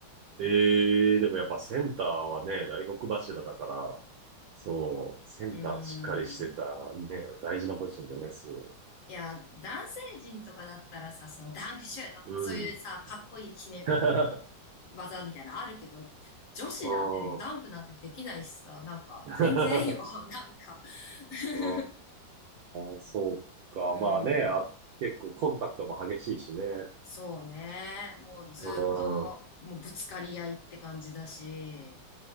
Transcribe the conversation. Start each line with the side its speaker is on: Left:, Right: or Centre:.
Right: ええー、でもやっぱセンターはね、大黒柱だから、そう、センターしっかりしてた、
Left: <laughs> うーん。
Right: ね、大事なポジションだよね、すごい。
Left: いや、男性陣とかだったらさ、そのダンクシュートとかそういうさ、
Right: うん。
Left: かっこいい決め
Right: <laughs>
Left: 技みたいなのあるけど、女子なんてダンクなんてできないしさ、
Right: うん。
Left: なんか全然いいよ、
Right: <laughs>
Left: <laughs> なんか <laughs>
Right: うん、そうか。
Left: うん、
Right: まあね、あ、結構コンタクトも激しいしね。
Left: そうね。もうずっと、
Right: ああ、う
Left: もうぶつかり合いって感じだし、